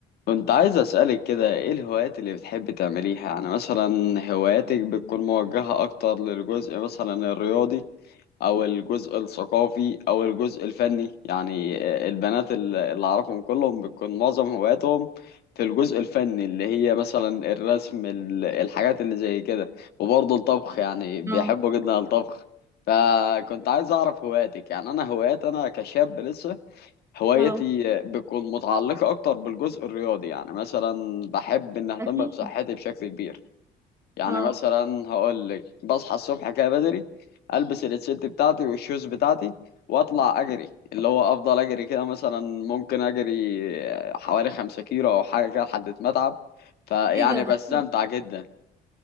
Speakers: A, on the left; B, on the right.
A: كنت عايز أسألك كده ايه الهوايات اللي بتحب تعمليها انا مثلا هواياتك بتكون موجهة اكتر للجزء مثلا الرياضي او الجزء الثقافي او الجزء الفني يعني آه، البنات ال- اللي اعرفهم كلهم بتكون معظم هواياتهم في الجزء الفني اللي هي مثلا الرسم ال- الحاجات اللي زي كده وبرضه الطبخ يعني بيحبوا
B: اه
A: جدا الطبخ فكنت عايز اعرف هواياتك يعني انا هوايات انا كشاب لسه هوايتي
B: اه
A: بتكون متعلقة أكتر بالجزء الرياضي يعني مثلا بحب إن أهتم
B: اكيد
A: بصحتي بشكل كبير يعني
B: اه
A: مثلا هقول لك بصحى الصبح كده بدري ألبس الست بتاعتي والشوز بتاعتي وأطلع أجري اللي هو أفضل أجري كده مثلا ممكن أجري حوالي خمسة كيلو أو حاجة كده لحد ما أتعب فيعني
B: ايه ده ده
A: بستمتع
B: حلو
A: جدا